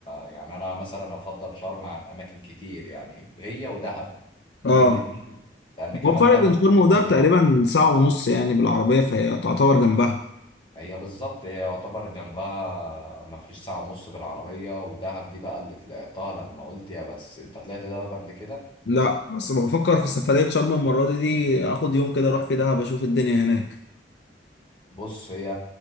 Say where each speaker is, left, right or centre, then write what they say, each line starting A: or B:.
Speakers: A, on the left; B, on the left.
A: يعني انا مثلا افضل شرم عن اماكن كتير يعني هي ودهب هما
B: اه
A: الاتنين لان كمان
B: هو الفرق
A: دهب
B: بين شرم
A: قريبة
B: ودهب
A: من
B: تقريبا
A: شرم
B: ساعه ونص يعني بالعربيه فهي تعتبر جنبها
A: هي بالظبط هي يعتبر جنبها ما فيش ساعه ونص بالعربيه ودهب دي بقى اللي طلعتها لما قلت يا بس انت طلعت دهب قبل كده
B: لا بس بفكر في سفريه شرم المره دي دي اخد يوم كده اروح في دهب اشوف الدنيا هناك
A: بص هي